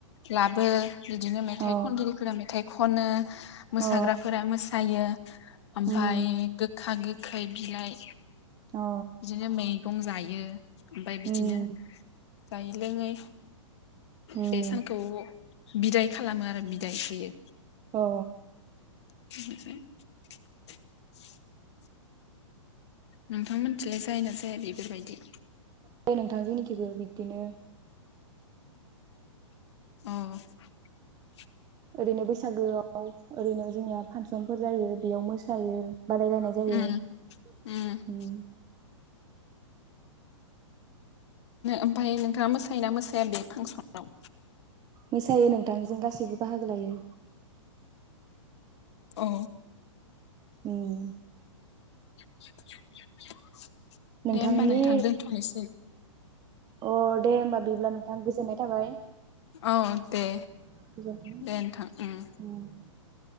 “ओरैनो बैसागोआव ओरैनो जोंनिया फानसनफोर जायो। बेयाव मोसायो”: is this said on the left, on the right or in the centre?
Right